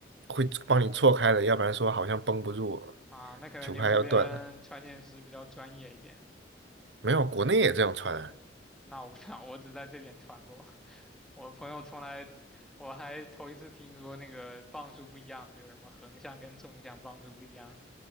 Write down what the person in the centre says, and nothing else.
啊，那可能你们那边穿线师比较专业一点。
那我不知道，我只在这边穿过。<laughs> 我朋友从来，我还头一次听说那个磅数不一样，就是什么横向跟纵向磅数不一样。